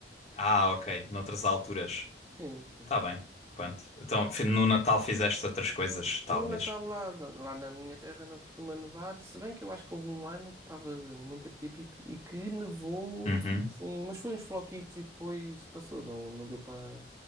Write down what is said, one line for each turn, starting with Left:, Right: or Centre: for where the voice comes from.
Left: Ah, ok. Noutras alturas.
Right: Sim, sim.
Left: Tá bem, pronto. Então, fi- no Natal fizeste outras coisas, talvez.
Right: O Natal lá, lá na minha terra não costuma nevar, se bem que eu acho que houve um ano que estava muito atípico e que nevou,
Left: Uhum.
Right: assim, mas foi uns floquitos e depois passou, não, não deu para